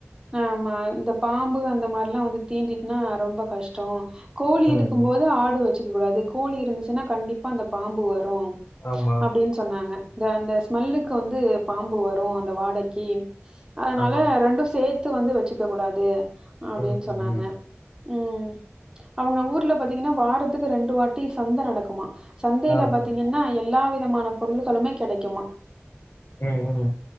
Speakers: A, on the right (about 15°); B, on the left (about 40°).
A: ஆமா இந்த பாம்பு அந்த மாரிலா வந்து தீண்டி ரொம்ப கஷ்டம் கோழி
B: ம்
A: இருக்கும்போது
B: ம்
A: ஆடு வச்சு கூடாது கோழி இருந்துச்சுனா கண்டிப்பா அந்த பாம்பு வரு
B: ஆமா
A: அப்டின் சொன்னாங்க ந்த அந்த ஸ்மெல்லுக்கு வந்து வரும் அந்த வாடைக்கு அதனால
B: ஆமா
A: ரெண்டும் சேர்த்து எடுத்து வந்து வச்சுக்க கூடாது அப்படின்னு
B: ம் ம்
A: சொன்னாங்க
B: ம்
A: உம் அவுங்க ஊர்ல பாத்தீங்கனா வாரத்துக்கு ரெண்டு வாட்டி சந்த நடக்குமா சந்தயில
B: ஆ
A: பாத்தீங்கனா
B: ஆ
A: எல்லா விதமான பொருள்களுமே கிடைக்குமா
B: உம் உம்